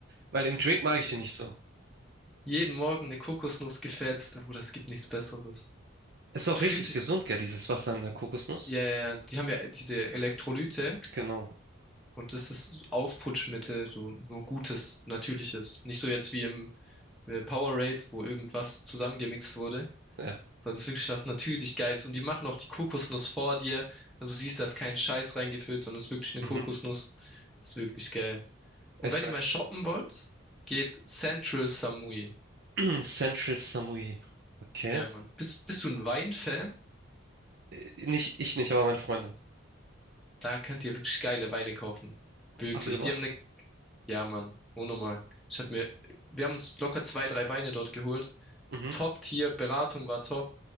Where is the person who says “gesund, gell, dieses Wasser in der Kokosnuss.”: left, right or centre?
Right